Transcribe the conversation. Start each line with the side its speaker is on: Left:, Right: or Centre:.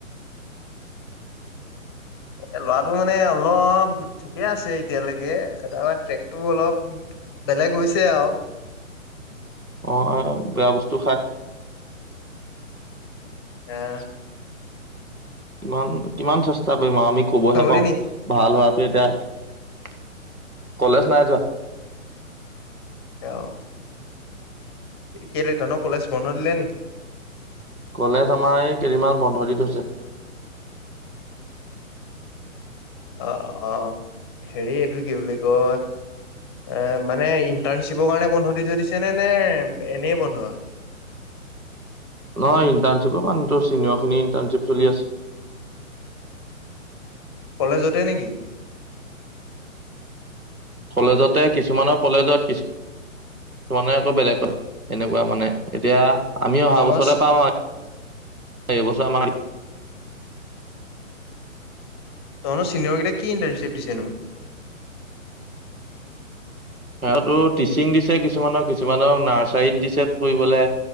Left: এ ল'ৰাটো মানে অলপ ঠিকে আছে এতিয়ালৈকে তাৰপৰা ট্ৰেকটো অলপ। বেলেগ হৈছে আৰু
Right: আহ' বেয়া বস্তু খাই।
Left: আহ।
Right: কিমান কিমান চেষ্টা কৰিম আৰু আমি কবহে
Left: নগলি
Right: পাও
Left: নি
Right: ভাল হোৱাত এতিয়া কলেজ নাই যোৱা।
Left: অ' কেলেটা ন কলেজ বন্ধ দিলে নেকি?
Right: কলেজ আমাৰ এই কেইদিনমান বন্ধ দি থৈছে।
Left: অ' অ, হেৰি এইটো কি বুলি কয়? এ, মানে ইণ্টাৰ্ণশ্বিপৰ কাৰণে বন্ধ দি থৈ দিছে নে নে এনেই বন্ধ? <inaudible>
Right: নহয় ইণ্টাৰ্ণশ্বিপৰ মান চিন খিনি ইণ্টাৰ্ণশ্বিপ চলি আছে।
Left: কলেজতে নেকি?
Right: কলেজতে কিছুমানৰ কলেজত কিছু- মানে আকৌ বেলেগ এনেকুৱা মানে এতিয়া আমি অহা
Left: তহঁতৰ
Right: বছৰতে
Left: চি
Right: পাম আৰু এইবছৰ আমাৰ
Left: তন চিনিয়ৰ গিটা কি ইণ্টাৰ্নশ্বিপ দিছে নু?
Right: সিহঁতো টিচিং দিছে কিছুমানক কিছুমানক নাৰ্চাৰীত দিছে কৰিবলে